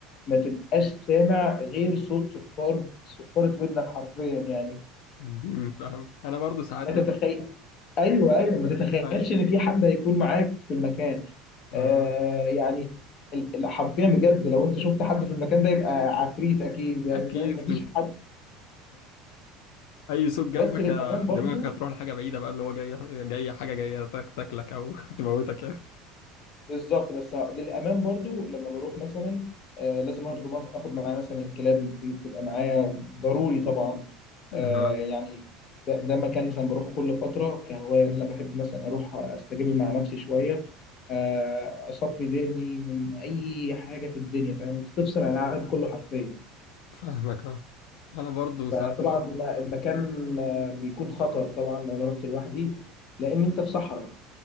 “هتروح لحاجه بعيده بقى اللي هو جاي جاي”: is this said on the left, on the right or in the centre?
Left